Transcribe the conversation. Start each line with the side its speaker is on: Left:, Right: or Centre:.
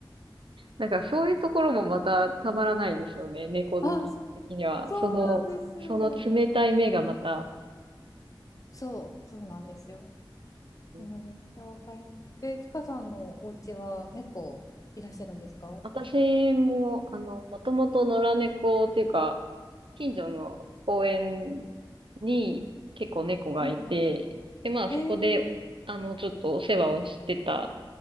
Right: なんかそういうところもまたたまらないですよね。猫好き的には。
Left: あ、そ、そうなんですよ。
Right: その、その冷たい目がまた。
Left: そう、そうなんですよ。
Right: うん
Left: もうめっちゃわかります。で、ちかさんのお家は猫いらっしゃるんですか
Right: 私も、あの、もともと野良猫っていうか、近所の公園に結構猫がいて、
Left: うんうん。
Right: で、まあそこで、
Left: ええ
Right: あの、ちょっとお世話をしてた